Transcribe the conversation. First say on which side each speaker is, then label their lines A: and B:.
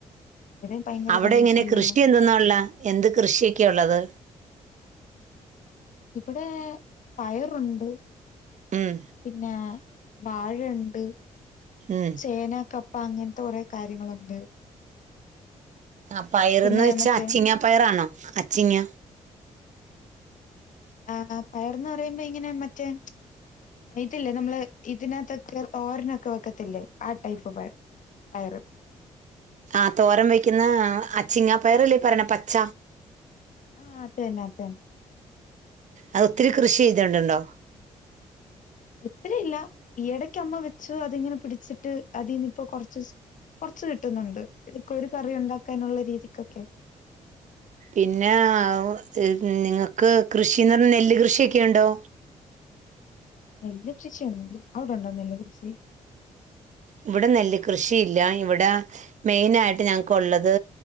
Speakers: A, on the left; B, on the right.
A: ഇവിടെയും ഭയങ്കര
B: അവടെ
A: പന്നി
B: ഇങ്ങനെ
A: ശല്യാണ്.
B: കൃഷി എന്താെന്നാ ഇള്ളെ എന്ത് കൃഷിയെക്കെയാ ഉള്ളത്
A: ഇപടെ പയറുണ്ട്
B: ഉം
A: പിന്നെ വാഴണ്ട്
B: ഉം
A: ചേന കപ്പ അങ്ങൻത്തെ കൊറെ കാര്യങ്ങളുണ്ട്
B: ആഹ് പയറ്ന്ന്
A: പിന്നെ
B: വെച്ചാ
A: മറ്റേ
B: അച്ചിങ്ങ പയറാണോ അച്ചിങ്ങ
A: ആഹ് പയറ്ന്ന് പറയുമ്പെ ഇങ്ങനെ മറ്റേ ഇതില്ലേ നമ്മള് ഇതിനകത്തൊക്കെ തോരനൊക്കെ വെക്കത്തില്ലേ ആഹ് ടൈപ്പ് പയറ് പയറ്
B: ആഹ് തോരം വെക്ക്ന്ന അച്ചിങ്ങാ പയറല്ലേ പറയ്ണ പച്ച
A: ആഹ് അതന്നെ അതന്നെ
B: അത് ഒത്തിരി കൃഷി ചെയ്തത്ണ്ടോ
A: ഒത്തിരിയില്ല ഈ എടക്ക് അമ്മ വെച്ച് അതിങ്ങനെ പിടിച്ച്ട്ട് അതീന്ന് ഇപ്പൊ കൊറച്ച് സ് കൊറച്ച് കിട്ടുന്നുണ്ട് ഇക്കാെരു കറി ഉണ്ടാക്കാനുള്ള രീതികാെക്കെ
B: പിന്നാ അവു നിങ്ങക്ക് കൃഷീന്ന് പറ്ഞ്ഞാ നെല്ല് കൃഷിയെക്കെ ഉണ്ടോ
A: നെല്ല് കൃഷിയൊന്നുല്യ അവ്ടുണ്ടോ നെല്ല് കൃഷി
B: ഇവടെ നെല്ല് കൃഷിയില്ല ഇവടെ മെെനായിട്ട് ഞങ്ങക്കുള്ളത്